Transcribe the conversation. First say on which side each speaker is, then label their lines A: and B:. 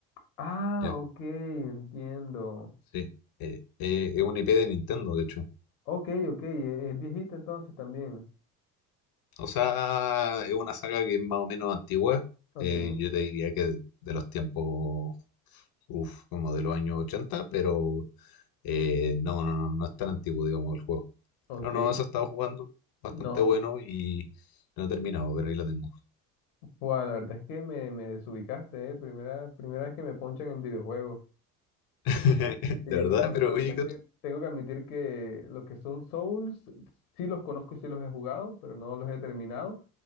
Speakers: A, on the left (about 80°); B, on the left (about 50°).
A: Ah,
B: ¿ya?
A: ok, entiendo.
B: Sí. Eh, eh, es una IP de Nintendo, de hecho.
A: Ok, ok, e- es, viejito entonces también.
B: O sea, es una saga que es más o menos antigua.
A: Ok,
B: eh, yo te diría que de, de los tiempos, uf, como de los años 80, pero eh, no, no, no, no es tan antiguo, digamos, el juego.
A: ok.
B: Pero no, eso he estado jugando, bastante
A: No,
B: bueno y no he terminado, pero ahí lo tengo.
A: Buah, la verdad es que me, me desubicaste, ¿eh? Primera, primera vez que me ponchan en videojuegos.
B: <laughs>
A: Sí,
B: De verdad,
A: pero bueno,
B: pero
A: la verdad
B: oye, ¿qué ot-
A: es que tengo que admitir que lo que son Souls, sí los conozco y sí los he jugado, pero no los he terminado.